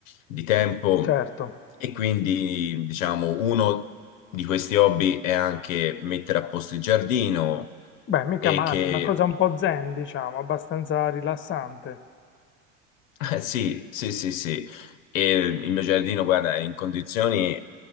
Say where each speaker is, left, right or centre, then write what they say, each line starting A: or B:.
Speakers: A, on the left; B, on the left.
A: di tempo.
B: certo.
A: E quindi, diciamo, uno di questi hobby è anche mettere a posto il giardino
B: Beh, mica
A: e
B: male,
A: che
B: una cosa un po' zen, diciamo, abbastanza rilassante.
A: Eh, Sì, sì, sì, sì. E il mio giardino, guarda, è in condizioni